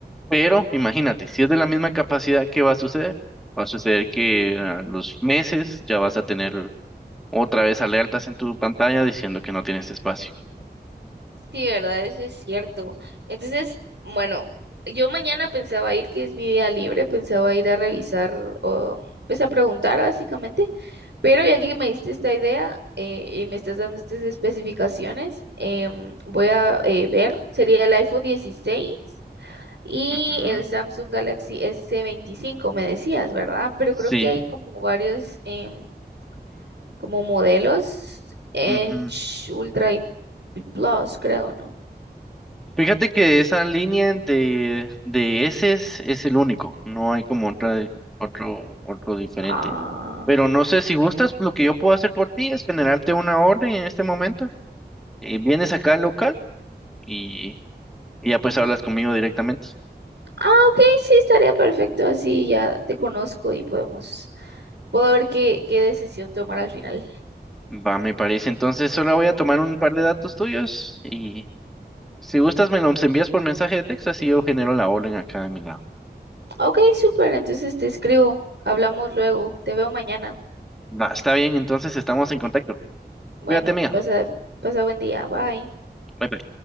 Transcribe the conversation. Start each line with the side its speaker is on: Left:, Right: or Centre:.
Centre: Pero imagínate, si es de la misma capacidad, ¿qué va a suceder? Va a suceder que a los meses ya vas a tener otra vez alertas en tu pantalla diciendo que no tienes espacio.
Right: Sí, ¿verdad? Eso es cierto. Entonces, bueno, yo mañana pensaba ir, que es mi día libre, pensaba ir a revisar, o, pues a preguntar básicamente, pero ya que me diste esta idea eh, y me estás dando estas especificaciones, em, voy a eh, ver, sería el iPhone dieciséis y
Centre: Ujú.
Right: el Samsung Galaxy s veinticinco me decías, ¿verdad? Pero
Centre: Sí.
Right: creo que hay como varios... em, como modelos en
Centre: ujú.
Right: Ch- Ultra y y Plus, creo, ¿no?
Centre: Fíjate que de esa línea de, de ese es el único. No hay como otra, otro, otro diferente.
Right: Ah,
Centre: Pero no sé si gustas, lo que yo puedo hacer por ti es generarte una orden en este momento. eh, vienes acá al local y, y ya pues
Right: mm,
Centre: hablas conmigo directamente.
Right: ah, ok, sí, estaría perfecto. Así ya te conozco y podemos, puedo ver qué, qué decisión tomar al final.
Centre: Va, me parece. Entonces solo voy a tomar un par de datos tuyos y si gustas me los envías por mensaje de texto, así yo genero la orden acá de mi lado.
Right: Ok, súper, entonces te escribo. Hablamos luego. Te veo mañana.
Centre: Va, está bien, entonces estamos en contacto.
Right: Bueno,
Centre: Cuídate, mía.
Right: pasa, pasa buen día. Bye.
Centre: Bye bye.